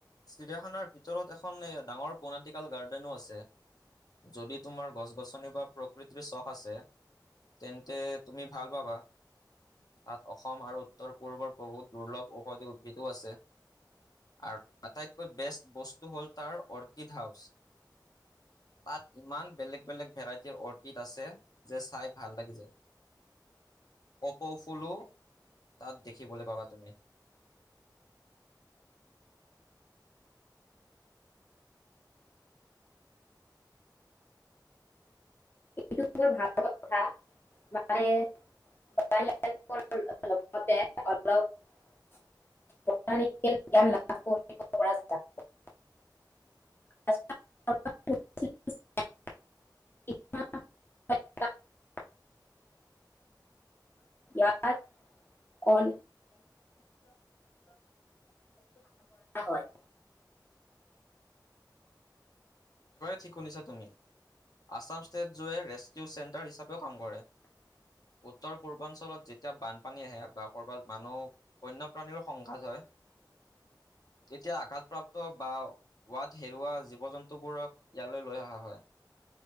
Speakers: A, on the left; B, on the left.
A: চিৰিয়াখানাৰ ভিতৰত এখন ডাঙৰ বনেটিকেল গাৰ্ডেনো আছে যদি তোমাৰ গছ গছনি বা প্ৰকৃতিৰ চখ আছে তেন্তে তুমি ভাল পাবা তাত অসম আৰু উত্তৰ পূৰ্বৰ বহুত দুৰ্লভ ঔষধি উদ্ভিদো আছে আৰু আটাইতকৈ বেষ্ট বস্তু হ'ল তাৰ অৰ্কিড হাউচ তাত ইমান বেলেগ বেলেগ ভেৰাইটিৰ অৰ্কিড আছে যে চাই ভাল লাগি যায় কপৌফুলো তাত দেখিবলৈ পাবা তুমি
B: কিন্তু মোৰ ভাল কথা মায়ে কি <unintelligible> ইয়াত কৰা হয়
A: ঠিক শুনিছা তুমি আাচাম স্থেষ্ট ৰেচকিও চোৰ হিচাপে কাম কৰে উত্তৰ পূৰ্বাঞ্চলত যেতিয়া বানপানী আহে বা ক'ৰবাত মানুহ বন্য প্ৰাণীৰ সংঘাত হয় তেতিয়া আঘাতপ্ৰাপ্ত বা ৱাদ হেৰুওৱা জীৱ জন্তু টো বোৰক ইয়াত লৈ অহা হয়